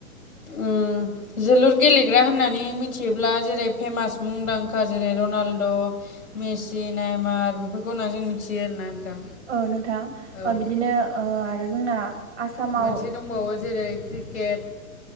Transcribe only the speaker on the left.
ओम जोलुर गेलेग्रा होननानै मिथियोब्ला जेरै फेमास मुंदांखा जेरै रनाल्द' मेसि नायमार बेफोरखौ होन्ना जों मिथियो आरो ना नोंथां
औ
मोनसे दंबावो जेरै क्रिकेट